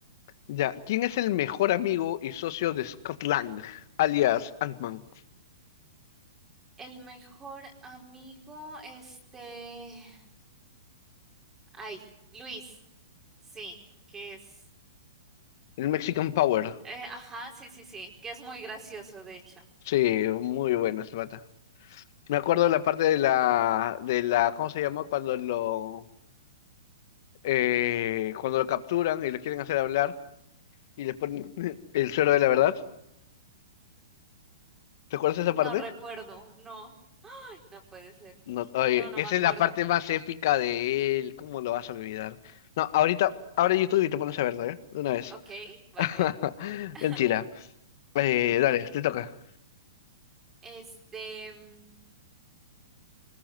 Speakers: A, on the left (about 55°); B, on the right (about 15°).
A: Ya. ¿Quién es el mejor amigo y socio de Scott Lang, alias Ant-Man?
B: El mejor amigo, este, ay, Luis. Sí, que es,
A: El Mexican Power.
B: eh, ajá, sí, sí, sí, que es muy gracioso, de hecho.
A: Sí, muy bueno ese pata. Me acuerdo de la parte de la, de la, ¿cómo se llama? Cuando lo, eh, cuando lo capturan y lo quieren hacer hablar y le ponen <laughs> el suero de la verdad. ¿Te acuerdas de esa
B: No
A: parte?
B: recuerdo, no. Ay, no puede ser.
A: No, oye,
B: No, no
A: esa
B: me acuerdo.
A: es la parte más épica de él. ¿Cómo lo vas a olvidar? No, ahorita, abre YouTube y te pones a verlo, ¿eh? De una vez.
B: Ok, vale.
A: <laughs>
B: <laughs>
A: Mentira. Eh, dale, te toca.
B: Este, mm,